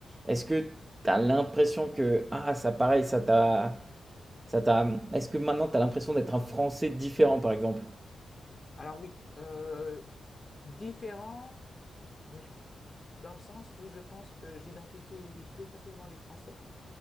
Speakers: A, on the right; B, on the left.
A: est-ce que tu as l'impression que, ah, ça pareil, ça t'a, ça t'a, est-ce que maintenant tu as l'impression d'être un Français différent, par exemple?
B: alors oui, euh, différent, mais je- dans le sens où je pense que j'identifie plus facilement les Français.